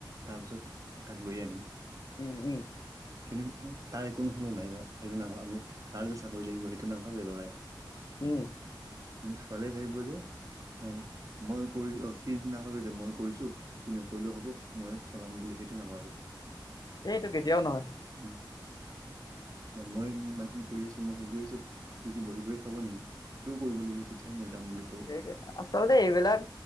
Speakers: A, on the right; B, on the left.
A: তাৰপিছত তাক লৈয়ে আনিম।
B: উম, উম।
A: কিন্তু উঃ তাৰ একো কোনো নাই <unintelligible> সেইটো নাভাবে। তাৰ যে চাকৰি লাগিব সেইটো নাভাবে লৰাই।
B: উম।
A: কিন্তু ছোৱালী ভাবিব যে নাই মই কৰি অ', সি নাভাবে যে মই কৰিছোঁ সি নকৰিলেও হ'ব, মই চলাম বুলি সেইটো নাভাবে।
B: সেইটো কেতিয়াও নহয়।
A: <unintelligible> মই ইমানখিনি কৰি আছোঁ, মই হেৰি কৰিছোঁ সি বহি-বহি খাব নেকি? সিউ কৰিব লাগিব তেতিয়াহে মই যাম বুলি ক
B: সেইটোয়েটো আচলতে এইবিলাক